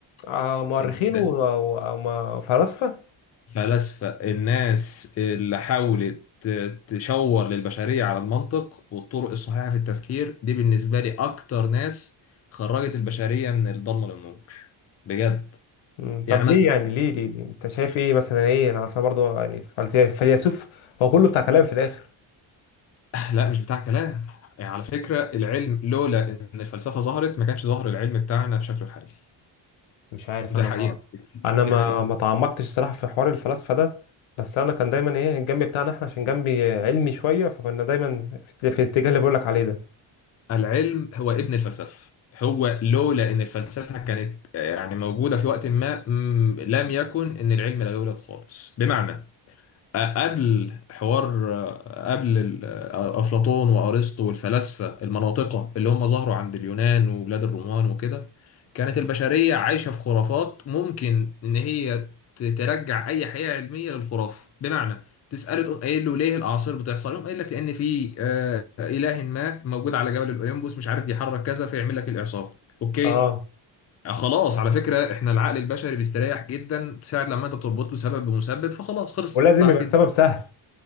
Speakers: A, on the left; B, on the left.
A: آه، مؤرخين
B: بالنسبه
A: وفلاسفه
B: لي. فلاسفة الناس اللي حاولت تشور للبشرية على المنطق والطرق الصحيحة في التفكير دي بالنسبة لي أكتر ناس خرجت البشرية من الضلمة للنور بجد
A: مم.
B: يعني
A: طب
B: مثلا
A: ليه يعني ليه ليه, ليه؟ انت شايف ايه مثلا ايه انا اصلا برضه يعني فلسي- فيلسوف هو كله بتاع كلام في الاخر
B: آه، لا مش بتاع كلام يعني على فكرة العلم لولا إن الفلسفة ظهرت ما كانش ظهر العلم بتاعنا بشكله الحالي
A: مش عارف
B: ده
A: انا
B: حقيقة
A: ما انا ما
B: دي حقيقة
A: ما تعمقتش الصراحه في حوار الفلاسفه ده بس انا كان دايما ايه الجنب بتاعنا احنا عشان جنبي علمي شويه فكنا دايما في في الاتجاه اللي بقول لك عليه ده
B: العلم هو ابن الفلسفة هو لولا إن الفلسفة كانت آه، يعني موجودة في وقت ما م، لم يكن إن العلم لا يولد خالص بمعنى قبل حوار قبل ال- أفلاطون وأرسطو والفلاسفة المناطقة اللي هم ظهروا عند اليونان وبلاد الرومان وكده كانت البشرية عايشة في خرافات ممكن إن هي ت- ترجع أي حقيقة علمية للخرافة بمعنى تسأله تقوم قايل له ليه الأعاصير بتحصل؟ يقوم قايل لك لأن في آه، إله ما موجود على جبل الأوليمبوس مش عارف يحرك كذا فيعمل لك الإعصار أوكي
A: اه
B: آه، خلاص على فكرة احنا العقل البشري بيستريح جدا ساعة لما انت بتربط له سبب بمسبب فخلاص خلصت
A: ولازم
B: على
A: يبقى
B: كده
A: السبب سهل